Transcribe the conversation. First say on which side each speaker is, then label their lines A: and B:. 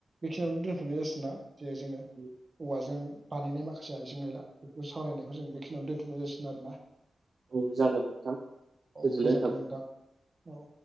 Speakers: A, on the right (about 25°); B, on the right (about 45°).
A: बेखिनियावनो दोनथ'नाय जासिगोना जे जोङो
B: औ
A: औवाजों बानायनाय माखासे आयजें आइला बेफोरखौ सावरायनायखौ जों बेखिनियावनो दोनथ'नाय जासिगोन आरो ना
B: औ जागोन नोंथां
A: औ
B: गोजोननाय
A: गोजोनथों
B: थाबाय
A: नोंथां औ